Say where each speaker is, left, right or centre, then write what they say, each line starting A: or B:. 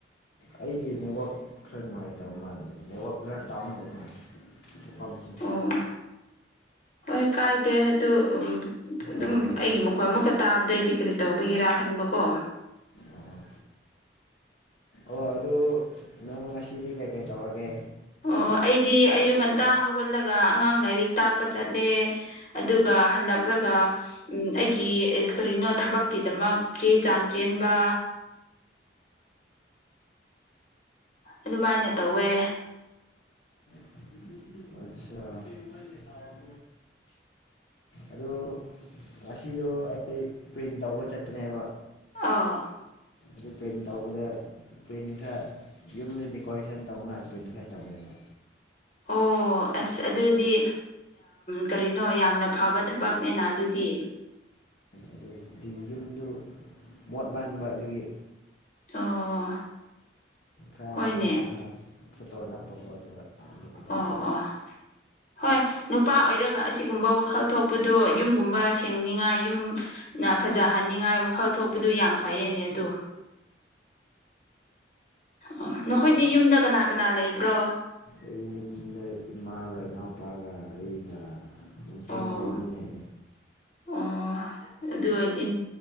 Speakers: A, on the left (about 55°); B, on the left (about 40°).
A: ꯑꯩꯒꯤ ꯅꯦꯠꯋꯥꯛ ꯈꯔ ꯅꯨꯡꯉꯥꯏꯇꯕ ꯃꯥꯜꯂꯦ ꯅꯦꯠꯋꯥꯛ ꯈꯔ ꯗꯥꯎꯟ ꯑꯣꯏꯕ ꯃꯥꯜꯂꯦ ꯃꯥꯐꯝꯁꯦ
B: ꯑꯣ ꯍꯣꯏ ꯀꯥꯏꯗꯦ ꯑꯗꯨ ꯑꯗꯨꯝ
A: ꯑꯥ
B: ꯑꯩꯒꯤ ꯃꯈꯣꯏ ꯑꯃꯨꯛꯀ ꯇꯥꯕꯗꯩꯗꯤ ꯀꯔꯤ ꯇꯧꯕꯤꯒꯦꯔꯥ ꯈꯟꯕꯀꯣ
A: ꯑꯥ ꯑꯣ ꯑꯗꯨ ꯅꯪ ꯉꯁꯤꯗꯤ ꯀꯩꯀꯩ ꯇꯧꯔꯒꯦ꯫
B: ꯑꯣ ꯑꯩꯗꯤ ꯑꯌꯨꯛ ꯉꯟꯇꯥ ꯍꯧꯒꯠꯂꯒ ꯑꯉꯥꯡ ꯂꯥꯏꯔꯤꯛ ꯇꯥꯛꯄ ꯆꯠꯂꯦ꯫ ꯑꯗꯨꯒ ꯍꯜꯂꯛ꯭ꯔꯒ꯫ ꯎꯝ ꯑꯩꯒꯤ ꯀꯔꯤꯅꯣ ꯊꯕꯛꯀꯤꯗꯃꯛ ꯆꯦ ꯆꯥꯡ ꯆꯦꯟꯕ꯫ ꯑꯗꯨꯃꯥꯏꯅ ꯇꯧꯋꯦ꯫
A: ꯑꯆꯥ
B: <unintelligible>
A: ꯑꯗꯨ ꯉꯁꯤꯗꯣ ꯑꯩ ꯄ꯭ꯔꯤꯟ ꯇꯧꯕ ꯆꯠꯄꯅꯦꯕ꯫
B: ꯑꯥ꯫
A: ꯑꯗꯨ ꯄ꯭ꯔꯤꯟ ꯇꯧꯕꯗ ꯄ꯭ꯔꯤꯟ ꯈꯔ ꯌꯨꯝꯗ ꯗꯦꯀꯣꯔꯦꯁꯟ ꯇꯧꯅꯉꯥꯏ ꯄ꯭ꯔꯤꯟ ꯈꯔ ꯇꯧꯋꯦꯕ꯫
B: ꯑꯣ ꯑꯁ ꯑꯗꯨꯗꯤ ꯀꯔꯤꯅꯣ ꯌꯥꯝꯅ ꯐꯕ ꯊꯕꯛꯅꯦꯅ ꯑꯗꯨꯗꯤ꯫
A: ꯑꯗꯣ ꯌꯨꯝꯗꯨ ꯃꯣꯠ ꯃꯟꯕ ꯑꯗꯨꯒꯤ꯫
B: ꯑꯣ
A: ꯈꯔ
B: ꯍꯣꯏꯅꯦ
A: ꯅꯥꯟꯅ ꯐꯣꯇꯣ ꯅꯞꯄꯀꯣ ꯑꯗꯨꯒ ꯇꯧꯕ
B: ꯑꯣ ꯑꯣ ꯍꯣꯏ ꯅꯨꯄꯥ ꯑꯣꯏꯔꯒ ꯑꯁꯤꯒꯨꯝꯕ ꯋꯥꯈꯜ ꯊꯣꯛꯄꯗꯨ ꯌꯨꯝꯒꯨꯝꯕ ꯁꯦꯡꯅꯤꯉꯥꯏ ꯌꯨꯝ ꯅ ꯐꯖꯍꯟꯅꯤꯡꯉꯥꯏ ꯋꯥꯈꯜ ꯊꯣꯛꯄꯗꯨ ꯌꯥꯝ ꯐꯩꯌꯦꯅꯦ ꯑꯗꯨ ꯑꯣ ꯅꯈꯣꯏꯗꯤ ꯌꯨꯝꯗ ꯀꯅꯥ ꯀꯅꯥ ꯂꯩꯕ꯭ꯔꯣ
A: ꯑꯩ ꯌꯨꯝꯗꯩ ꯏꯃꯥꯒ ꯏꯅꯥꯎꯄꯥꯒ ꯑꯩꯒ ꯑꯗꯨꯝ
B: ꯑꯣ
A: ꯄꯨꯟꯅ ꯂꯩꯃꯤꯟꯅꯩ
B: ꯑꯣ ꯑꯗꯨ ꯑꯣꯏꯔꯗꯤ